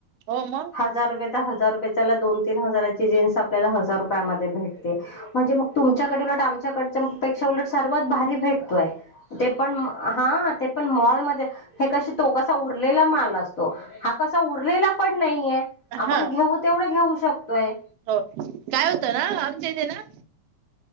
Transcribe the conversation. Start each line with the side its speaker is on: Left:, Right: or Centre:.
Right: हो मंग
Left: हजार रुपय तर हजार रुपयेला दोन तीन हजाराची जीन्स आपल्या हजार रुपयामध्ये भेटते. म्हणजे मग तुमच्याकडे उलट आमच्याकड पेक्षा उलट सर्वात भारी भेटतोय ते पण? हा ते पण मॉलमध्ये, हे कशी तो कसा उरलेला माल असतो हा कसा उरलेला पण नाहीये. आपण
Right: हा
Left: घेऊ तेवढं घेऊ शकतोय!
Right: हो काय होतं ना आमच्या इथे ना!